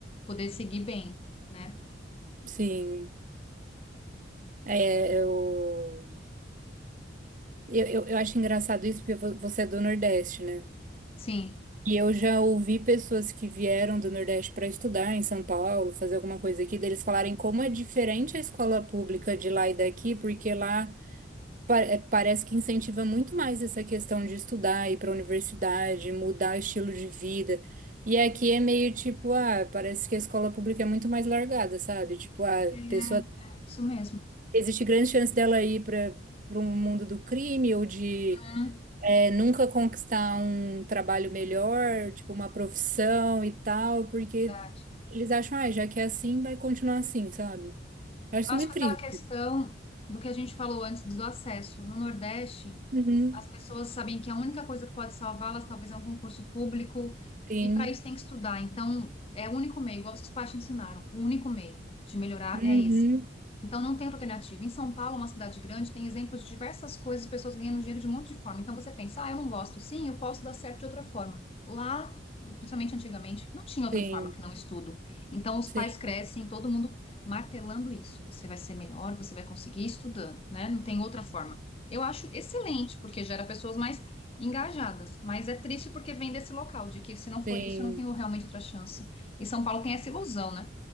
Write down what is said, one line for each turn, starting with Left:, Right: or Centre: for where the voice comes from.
Left: poder seguir bem, né?
Right: Sim. É, eu, eu, eu, eu acho engraçado isso porque vo- você é do Nordeste, né?
Left: Sim.
Right: E eu já ouvi pessoas que vieram do Nordeste para estudar em São Paulo, fazer alguma coisa aqui, deles falarem como é diferente a escola pública de lá e daqui, porque lá pa- é, Parece que incentiva muito mais essa questão de estudar, ir para a universidade, mudar o estilo de vida. E aqui é meio tipo, ah, parece que a escola pública é muito mais largada, sabe? Tipo, ah, a
Left: É, é
Right: pessoa,
Left: isso mesmo.
Right: existe grande chance dela ir para para um mundo do crime ou de
Left: Hum,
Right: é, nunca conquistar um trabalho melhor, tipo uma profissão e tal, porque
Left: verdade.
Right: eles acham, ah, já que é assim, vai continuar assim, sabe? Eu acho isso
Left: Eu acho
Right: meio
Left: que
Right: triste.
Left: aquela questão do que a gente falou antes do acesso no Nordeste,
Right: Uhum,
Left: As pessoas sabem que a única coisa que pode salvá-las talvez é um concurso público,
Right: sim.
Left: e para isso tem que estudar. Então, é o único meio, igual seus pais te ensinaram, o único meio de melhorar
Right: Uhum,
Left: é esse. Então não tem outra alternativa. Em São Paulo, uma cidade grande, tem exemplos de diversas coisas, pessoas ganhando dinheiro de um monte de forma. Então você pensa, ah, eu não gosto. Sim, eu posso dar certo de outra forma. Lá, principalmente antigamente, não tinha outra
Right: sim.
Left: forma que não estudo. Então os
Right: Sim.
Left: pais crescem, todo mundo martelando isso. Você vai ser melhor, você vai conseguir estudando, né? Não tem outra forma. Eu acho excelente, porque gera pessoas mais engajadas, mas é triste porque vem desse local, de que se não for
Right: Sim.
Left: isso, eu não tenho realmente outra chance. E São Paulo tem essa ilusão, né?